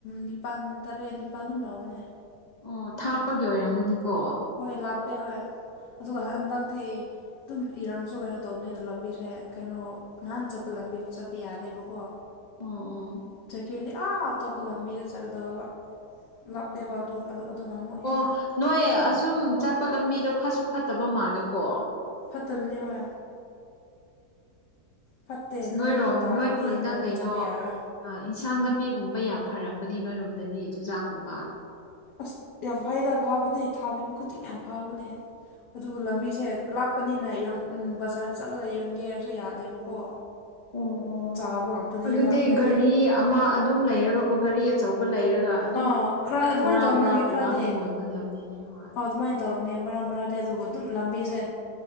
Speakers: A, on the left (about 80°); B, on the left (about 65°).
A: ꯅꯤꯄꯥꯜ ꯇꯔꯦꯠ ꯅꯤꯄꯥꯜ ꯑꯗꯨꯝ ꯂꯧꯕꯅꯦ
B: ꯑꯣ ꯊꯥꯞꯄꯒꯤ ꯑꯣꯏꯔꯝꯒꯅꯤꯀꯣ
A: ꯍꯣꯏ ꯂꯥꯞꯄꯦ ꯍꯣꯏ ꯑꯗꯨꯒ ꯍꯟꯗꯛꯇꯤ ꯑꯗꯨꯝ ꯏꯔꯥꯡꯁꯨ ꯀꯩꯅꯣ ꯇꯧꯕꯅꯤꯅ ꯂꯝꯕꯤꯁꯦ ꯀꯩꯅꯣ ꯅꯍꯥꯟ ꯆꯠꯄ ꯂꯝꯕꯤꯗꯣ ꯆꯠꯄ ꯌꯥꯗꯦꯕꯀꯣ
B: ꯑꯣ ꯑꯣ꯫
A: ꯆꯠꯀꯦꯗꯤ ꯑꯥ ꯑꯇꯣꯞꯄ ꯂꯝꯕꯤꯗ ꯆꯠꯀꯗꯕ꯫ ꯂꯥꯞꯄꯦꯕ
B: ꯎꯝ
A: ꯑꯗꯨ ꯑꯗꯨꯅ ꯑꯃꯨꯛ ꯍꯦꯟꯅ꯫
B: ꯑꯣ ꯅꯣꯏ ꯑꯁꯨꯝ ꯆꯠꯄ ꯂꯝꯕꯤꯗꯣ ꯐꯠꯁꯨ ꯐꯠꯇꯕ ꯃꯥꯜꯂꯦꯀꯣ꯫
A: ꯐꯠꯇꯕꯅꯦ ꯍꯣꯏ꯫ ꯐꯠꯇꯦ
B: ꯑꯁ ꯅꯣꯏꯔꯣꯝ
A: ꯅꯣꯡꯃꯨꯛ ꯇꯥꯗꯤ
B: ꯅꯣꯏ ꯈꯨꯟꯗ
A: ꯂꯝꯕꯤ
B: ꯀꯩꯅꯣ
A: ꯆꯠꯄ ꯌꯥꯔꯔꯣꯏ꯫
B: ꯏꯟꯁꯥꯡ ꯅꯥꯄꯤꯒꯨꯝꯕ ꯌꯥꯝ ꯐꯔꯝꯒꯅꯤ ꯅꯣꯏꯔꯣꯝꯗꯗꯤ ꯆꯨꯖꯥꯛꯀꯨꯝꯕ꯫
A: ꯑꯁ ꯌꯥꯝ ꯐꯩꯗ ꯐꯕꯗꯤ ꯊꯥꯕꯤꯕ ꯈꯨꯗꯤꯡ ꯌꯥꯝ ꯐꯕꯅꯦ ꯑꯗꯨꯒ ꯂꯝꯕꯤꯁꯦ ꯂꯥꯞ꯫ ꯅꯛꯄꯅꯤꯅ ꯌꯨꯝ ꯕꯖꯥꯔ ꯆꯠꯂꯒ ꯌꯣꯟꯒꯦ ꯍꯥꯏꯔꯁꯨ ꯌꯥꯗꯦꯕꯀꯣ
B: ꯑꯣ ꯑꯣ
A: ꯆꯥꯕ ꯉꯥꯛꯇꯅꯦꯕ
B: ꯑꯗꯨꯗꯤ
A: ꯑꯩꯈꯣꯏꯗꯤ
B: ꯒꯥꯔꯤ ꯑꯃ ꯑꯗꯨꯝ ꯂꯩꯔꯒꯀꯣ ꯒꯥꯔꯤ ꯑꯆꯧꯕ ꯂꯩꯔꯒ ꯑꯗꯨꯝ
A: ꯑꯥ ꯈꯔ ꯑꯗꯨꯃꯥꯏꯅ
B: ꯕꯣꯔꯥ
A: ꯇꯧꯕꯅꯤ
B: ꯕꯣꯔꯥ
A: ꯃꯤ
B: ꯄꯨꯔꯛ
A: ꯈꯔꯗꯤ
B: ꯑꯒ
A: ꯑꯥ
B: ꯌꯣꯟꯒꯗꯕꯅꯤꯅꯦ ꯍꯣꯏ
A: ꯑꯗꯨꯃꯥꯏꯅ ꯇꯧꯕꯅꯦ ꯃꯔꯛ ꯃꯔꯗꯤ ꯑꯗꯨꯕꯨ ꯑꯗꯨꯝ ꯂꯝꯕꯤꯁꯦ